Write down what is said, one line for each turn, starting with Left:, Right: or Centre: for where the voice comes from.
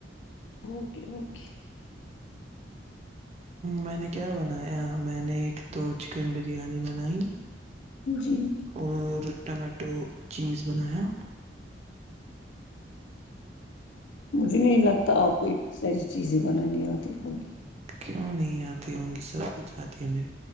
Left: اوکے اوکے
Right: میں نے کیا بنایا میں نے ایک تو چکن بریانی بنائی
Left: جی
Right: اور ٹماٹو چیز بنایا
Left: مجھے نہیں لگتا آپ کو اتنی ساری چیزیں بنانی آتی ہوگی
Right: کیوں نہیں آتی ہوں گی سب کچھ آتی ہے مری